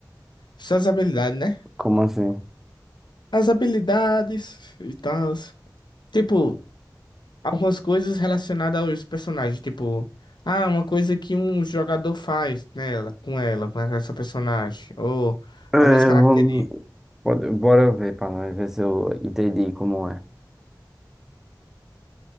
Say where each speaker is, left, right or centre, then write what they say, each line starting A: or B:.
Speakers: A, on the left; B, in the centre.
A: Só as habilidades, né?
B: Como assim?
A: As habilidades e tal. Tipo, algumas coisas relacionadas aos personagens, tipo, ah, uma coisa que um jogador faz nela, com ela, com essa personagem, ou
B: É,
A: algumas características.
B: vamos. Pode, bora ver pra nós ver se eu entendi como é.